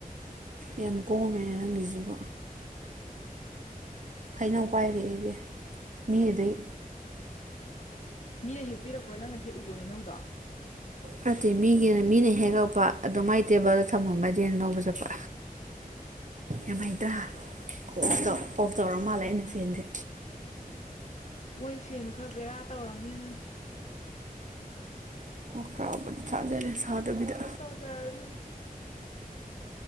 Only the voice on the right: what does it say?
ꯌꯥꯝ ꯀꯣꯝꯃꯦꯅꯦ ꯅꯪꯒꯤꯖꯤꯕꯣ
ꯍꯩꯅꯧ ꯄꯥꯏꯔꯤ ꯑꯩꯗꯤ ꯃꯤꯗꯩ
ꯅꯠꯇꯦ ꯃꯤꯒꯤ ꯃꯤꯅ ꯍꯦꯛꯂꯛꯄ ꯑꯗꯨ ꯃꯥꯏ ꯇꯦꯕꯜꯗ ꯊꯝꯃꯝꯕ ꯗꯨꯒꯤ ꯑꯩꯅ ꯂꯧꯕ ꯆꯠꯄ ꯌꯥꯝ ꯍꯥꯏꯇ꯭ꯔꯥ ꯑꯣ ꯑꯣꯐ ꯇꯧꯔ ꯃꯥꯜꯂꯦ ꯑꯩꯅ ꯐꯦꯟꯁꯦ
ꯑꯣꯛꯈꯔꯥꯎꯕꯗꯤ ꯆꯥꯖꯔꯦ ꯁꯥꯗꯕꯤꯗ